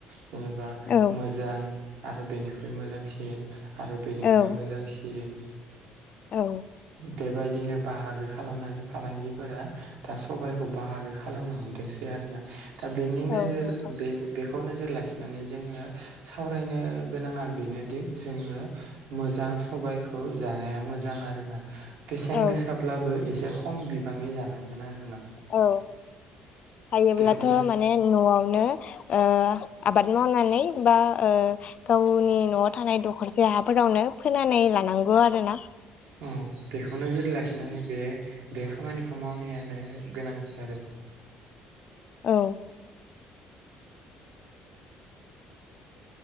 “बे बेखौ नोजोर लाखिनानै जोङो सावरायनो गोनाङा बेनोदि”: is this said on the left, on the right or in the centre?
Right